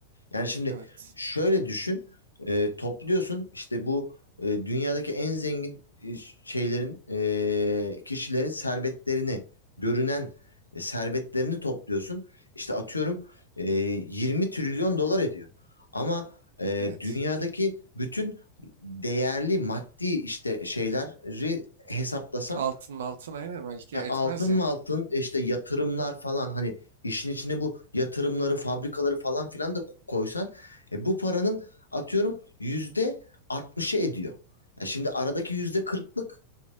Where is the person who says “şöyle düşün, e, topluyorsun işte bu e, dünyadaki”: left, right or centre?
Left